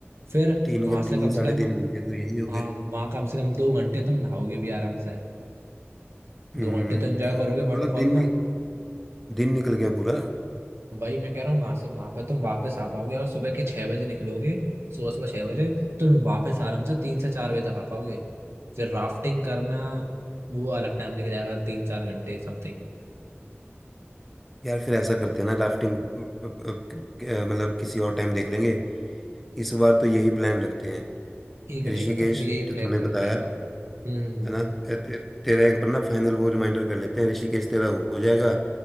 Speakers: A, on the right; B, in the centre.
A: फिर
B: तीन
A: वहां से
B: तीन
A: कम से
B: साढ़े
A: कम
B: तीन घंटे तो यही हो गए
A: हाँ वहां कम से कम दो घंटे तुम नहाओगे भी आराम से
B: हम्म
A: दो घंटे तो एंजॉय
B: क्या
A: करोगे
B: मतलब
A: वाटरफॉल
B: दिन
A: में
B: दिन निकल गया पूरा
A: वही मैं कह रहा हूँ वहां से वहां पे तुम वापस आ पाओगे और सुबह के छह बजे निकलोगे सुबह सुबह छह बजे तुम वापस आराम से तीन से चार बजे तक आ पाओगे फिर राफ्टिंग करना वो अलग टाइम लेके जाएगा तीन चार घंटे समथिंग
B: यार फिर ऐसा करते हैं ना राफ्टिंग मतलब किसी और टाइम देख लेंगे इस बार तो यही प्लान रखते हैं
A: ठीक है
B: ऋषिकेश
A: ठीक है तो फिर यही
B: जो
A: प्लान
B: तूने
A: करते
B: बताया
A: हैं
B: है
A: हाँ हम्म हम्म हम्म
B: ना ए- ते- तेरा एक बार ना फाइनल वो रिमाइंडर कर लेते हैं ऋषिकेश तेरा हो हो जाएगा